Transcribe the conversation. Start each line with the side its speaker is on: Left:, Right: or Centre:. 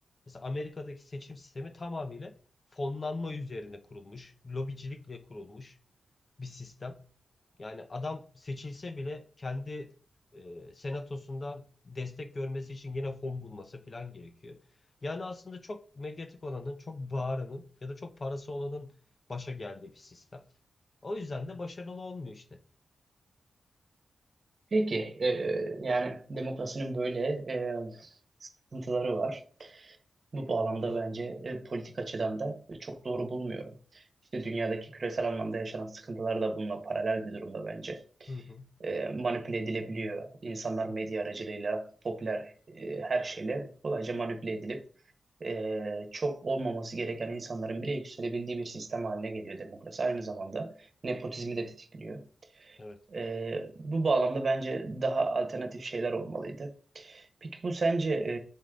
Left: Mesela Amerika'daki seçim sistemi tamamıyla fonlanma üzerine kurulmuş, lobicilikle kurulmuş bir sistem. Yani adam seçilse bile kendi e, senatosundan destek görmesi için yine fon bulması falan gerekiyor. Yani aslında çok medyatik olanın, çok bağıranın ya da çok parası olanın başa geldiği bir sistem. O yüzden de başarılı olmuyor işte.
Right: Peki, e, yani demokrasinin böyle e, sıkıntıları var. Bu bağlamda bence e, politik açıdan da çok doğru bulmuyorum. İşte dünyadaki küresel anlamda yaşanan sıkıntılar da bununla paralel bir durumda bence.
Left: Hı hı.
Right: E, manipüle edilebiliyor. İnsanlar medya
Left: Aynen.
Right: aracılığıyla, popüler e, her şeyle kolayca manipüle edilip e, çok olmaması gereken insanların bile yükselebildiği bir sistem haline geliyor demokrasi. Aynı zamanda nepotizmi de tetikliyor.
Left: Evet.
Right: E, bu bağlamda bence daha alternatif şeyler olmalıydı. Peki bu sence e,